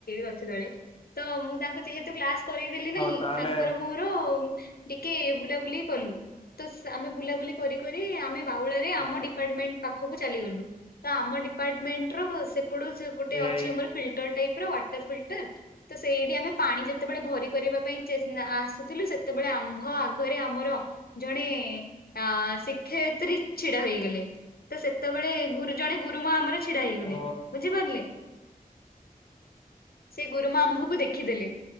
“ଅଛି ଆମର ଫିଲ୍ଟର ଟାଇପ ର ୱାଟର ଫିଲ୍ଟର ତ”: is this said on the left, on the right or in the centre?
Left